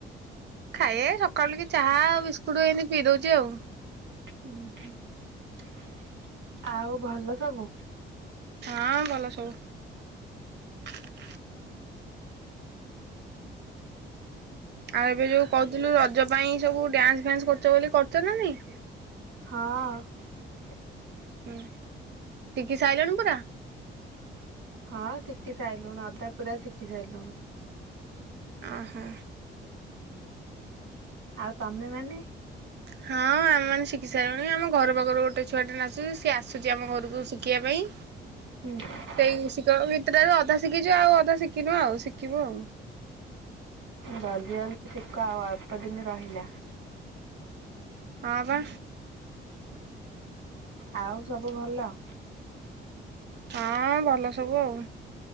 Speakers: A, on the right (about 60°); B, on the right (about 85°).
A: ଖାଇଆ ସକାଳୁ ଏଇ ଚାହା ବିସ୍କୁଟ ଏମିତି ପିଇ ଦଉଛି ଆଉ।
B: ହୁଁ ହୁଁ। <inaudible> ଆଉ ଭଲ ସବୁ।
A: ହଁ ଭଲ ସବୁ। <inaudible> ଆଉ ଏବେ ଯୋଉ କହୁଥିଲୁ ର ନିଜ ପାଇଁ ସବୁ ଡ୍ୟାନ୍ସ ଫାନ୍ସ କରଚୁ ବୋଲି କରୁଚ ନା ନାଇଁ।
B: ହଁ।
A: ଉଁ ଉଁ। ଶିକି ସାଇଲୁଣି ପୁରା।
B: ହଁ ଶିଖି ସାଇଲୁଣ ଅଧା ପୁରା ଶିଖି ସାଇଲୁଣୁ। <inaudible>
A: ଓହୋ।
B: ଆଉ ତମେ ମାନେ।
A: ହଁ ଆମୋନେ ଶିଖି ସାରିଲୁଣି। ଆମ ଘର ପାଖରୁ ଗୋଟେ ଛୁଆଟେ ନାଚୁଚି। ସିଏ ଆସୁଚି ଆମ ଘରକୁ ଶିଖିବା ପାଇଁ।
B: ହୁଁ।
A: ସେଇ ଶିଖ ଗିତଟାରୁ ଅଧା ଶିଖିଚୁ ଆଉ ଅଧା ଶିଖିନୁ ଆଉ ଶିଖିବୁ ଆଉ। <inaudible>
B: ଜଲଦି ଜଲଦି ଶଖ ଆଉ ଅଳ୍ପ ଦିନ ରହିଲା। <inaudible>
A: ହଁ ବା।
B: ଆଉ ସବୁ ଭଲ। <inaudible>
A: ହଁ ଭଲ ସବୁ ଆଉ।